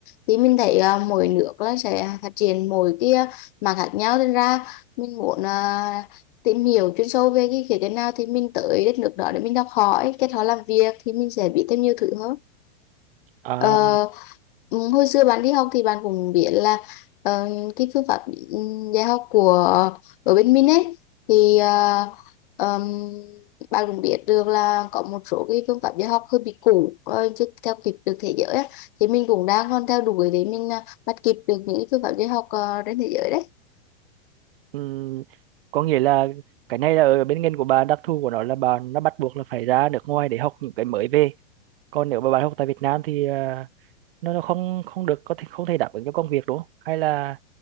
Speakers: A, on the left (about 50°); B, on the right (about 60°).
A: thì mình thấy à, mỗi nước là sẽ phát triển mỗi cái à, mặt khác nhau nên ra mình muốn à, tìm hiểu chuyên sâu về cái khía cạnh nào thì mình tới đất nước đó để mình học hỏi kết họ làm việc thì mình sẽ biết thêm nhiều thứ hơn
B: À,
A: Ờ, ừ, hồi xưa bạn đi học thì bạn cũng biết là ờ, cái phương pháp ừ, dạy học của ở bên mình ấy thì ờ, ờm, bạn cũng biết được là có một số cái phương pháp dạy học hơi bị cũ ờ, chưa theo kịp được thế giới á thì mình cũng đang còn theo đuổi để mình ờ, bắt kịp được những cái phương pháp dạy học ờ, trên thế giới đấy
B: ừm, có nghĩa là cái này là ở bên ngành của bà đặc thù của nó là bà nó bắt buộc là phải ra nước ngoài để học những cái mới về. Còn nếu mà bạn học tại Việt Nam thì à, nó nó không không được có thể không thể đáp ứng cho công việc đúng không? Hay là